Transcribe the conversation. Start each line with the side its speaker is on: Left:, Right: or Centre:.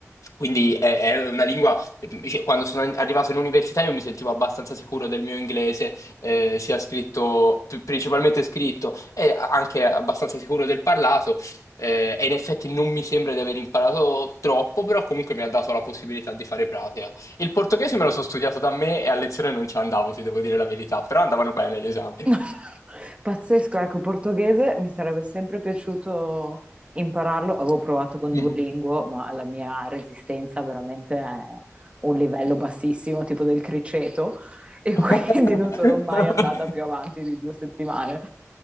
Left: Quindi è, è una lingua, eh, cioè, quando sono arrivato in università io mi sentivo abbastanza sicuro del mio inglese eh, sia scritto, pr- principalmente scritto e anche abbastanza sicuro del parlato. eh, e in effetti non mi sembra di aver imparato troppo, però comunque mi ha dato la possibilità di fare pratica. Il portoghese me lo sono studiato da me e a lezione non ci andavo, ti devo dire la verità, però andavano bene gli esami.
Right: <laughs> Pazzesco, ecco, portoghese mi sarebbe sempre piaciuto impararlo. Avevo provato con
Left: Mhm.
Right: Duolingo, ma la mia resistenza veramente è un livello bassissimo, tipo del criceto, e
Left: <laughs>
Right: <laughs> quindi non sono mai andata più avanti di due settimane.